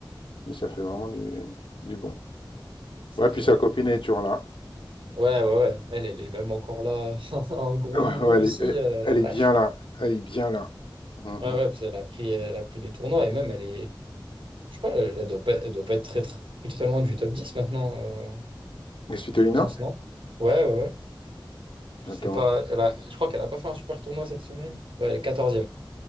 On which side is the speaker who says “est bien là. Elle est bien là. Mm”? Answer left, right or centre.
Left